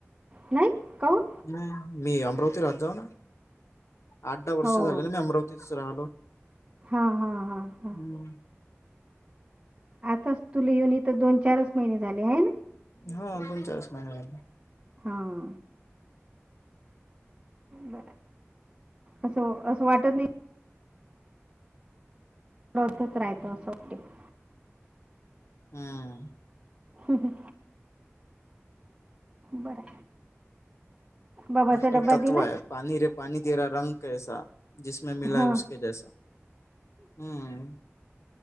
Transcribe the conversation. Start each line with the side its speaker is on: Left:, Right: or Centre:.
Right: नाही कोण
Left: नाही मी अमरावती राह जाऊ ना आठ दहा वर्ष
Right: हो
Left: झाले ना मी अमरावतीतच राहिलो
Right: हा हां हां हां
Left: हम्म.
Right: आताच तुला येऊन इ तरं दोन चारच महिने झाले आहे ना
Left: हा दोन चाळीस महिने झाले
Right: हां ब असं असं वाटत नाही ्रोतच राहतो असं वाटते <unintelligible>
Left: हम्
Right: हम हा. बर बाबाचा
Left: आपलं
Right: ड्बा
Left: एक तत्व
Right: दिला
Left: आहे पाणी रे पणी तेरा रंग कैसा जिसमे म मिलाय
Right: हां
Left: उसक जैसा. हम्म